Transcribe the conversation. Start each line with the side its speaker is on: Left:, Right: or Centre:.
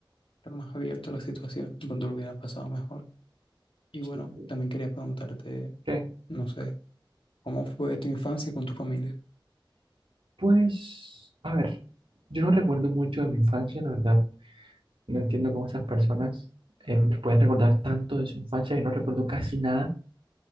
Left: estar más abierto a la situación, cuando lo hubiera pasado mejor. Y
Right: Sí,
Left: bueno,
Right: sí.
Left: también quería preguntarte,
Right: ¿Qué?
Left: no sé, ¿cómo fue tu infancia con tu familia?
Right: Pues, a ver, yo no recuerdo mucho de mi infancia, la verdad. No entiendo cómo esas personas em, pueden recordar tanto de su infancia. y no recuerdo casi nada,